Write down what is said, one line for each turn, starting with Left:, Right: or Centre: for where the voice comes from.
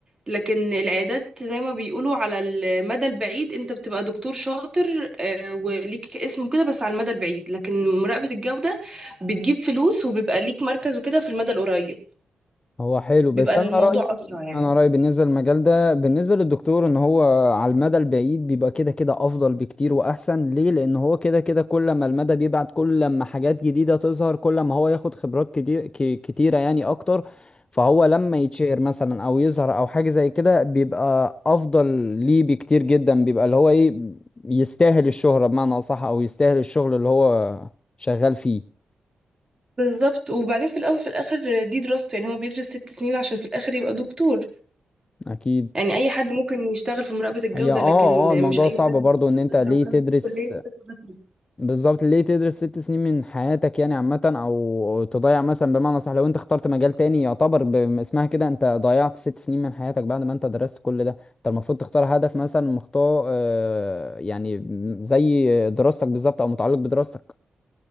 Right: لكن العيادات زي ما بيقولوا على المدى البعيد انت بتبقى دكتور شاطر آه، وليك اسم كده بس على المدى البعيد لكن مراقبة الجودة بتجيب فلوس وبيبقى ليك مركز وكده في المدى القريب
Left: هو حلو
Right: بيبقى
Left: بس
Right: الموضوع
Left: انا رايي
Right: أسرع يعني
Left: انا رايي بالنسبه للمجال ده بالنسبه للدكتور ان هو على المدى البعيد بيبقى كده كده افضل بكتير واحسن ليه لان هو كده كده كل ما المدى بيبعد كل ما حاجات جديده تظهر كل ما هو ياخد خبرات كتير ك- كتيره يعني اكتر فهو لما يتشهر مثلا او يظهر او حاجه زي كده بيبقى افضل ليه بكتير جدا بيبقى اللي هو ايه يستاهل الشهره بمعنى اصح او يستاهل الشغل اللي هو شغال فيه
Right: بالظبط وبعدين في الأول في الآخر دي دراسته يعني هو بيدرس ست سنين عشان في الآخر يبقى دكتور
Left: اكيد
Right: يعني أي حد ممكن يشتغل في مراقبة الجودة
Left: هي اه
Right: لكن
Left: اه الموضوع
Right: مش أي
Left: صعب
Right: حد
Left: برضو
Right: <laughs>
Left: ان انت ليه
Right: لو كان
Left: تدرس
Right: في كلية طب بس
Left: بالظبط ليه تدرس ست سنين من حياتك يعني عامة أو أو تضيع مثلا بمعنى صح لو أنت اخترت مجال تاني يعتبر باسمها كده أنت ضيعت ست سنين من حياتك بعد ما أنت درست كل ده أنت المفروض تختار هدف مثلا مختار آه، يعني زي دراستك بالظبط أو متعلق بدراستك